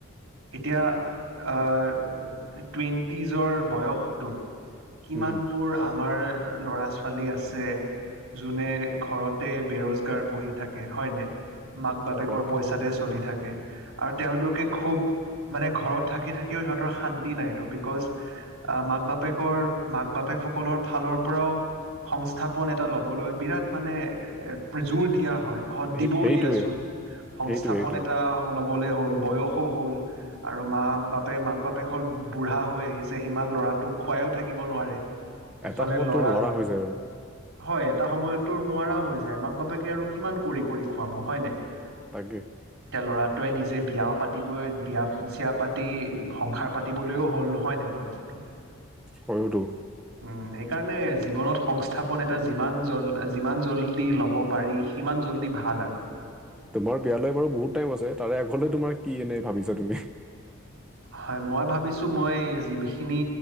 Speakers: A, on the right; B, in the centre.
A: এতিয়া টুৱেণ্টিজৰ বয়সটোত কিমানবোৰ
B: উম
A: আমাৰ ল'ৰা ছোৱালী আছে যোনে ঘৰতে বেৰজগাৰ বহি থাকে হয়নে মাক বাপেকৰ
B: কথাটো
A: পইচাতে
B: হয়
A: চলি থাকে আৰু তেওঁলোকে খুব মানে ঘৰত থাকি থাকিও সিহঁতৰ শান্তি নাই তো বিকজ আহ মাক বাপেকৰ মাক বাপেক সকলৰ ফালৰ পৰাও সংস্থাপন এটা ল'বলৈ বিৰাট মানে এ জোৰ দিয়া হয় সদ
B: সে-
A: দিবও
B: সেইটোৱে
A: দিয়াচোন সংস্থাপন
B: সেইটোৱে সেইটোৱে
A: এটা ল'বলৈ হ'ল বয়সো হ'ল আৰু মাক বাপেক মাক বাপেখন বুঢ়া হৈ আহিছে যে সিমান ল'ৰাটোক খুৱাইো থাকিব নোৱাৰে এফালে
B: এটা সময়ত
A: ল'ৰা
B: তোৰ নোৱাৰা হৈ যায় আৰু
A: হয় এটা সময়তো নোৱাৰা হৈ যায় মাক বাপেকে আৰু কিমান কৰি কৰি খুৱাব হয় নাই
B: তাকে
A: এতিয়া ল'ৰাটোৱে নিজে বিয়াও পাতিবই বিয়া চিয়া পাতি সংসাৰ পাতি বুলিও হ'ল হয় নে বয়সটো
B: সৰুটো
A: উম সেইকাৰণে জীৱনত সংস্থাপন এটা যিমান জ যিমান জল্দি ল'ব পাৰি সিমান জল্দি ভাল আৰু
B: তোমাৰ বিয়ালৈ বাৰু বহুত টাইম আছে তাৰে আগৰলৈ তোমাৰ কি এনে ভাবিছা তুমি?
A: হয় মই ভাবিছোঁ মই যিখিনি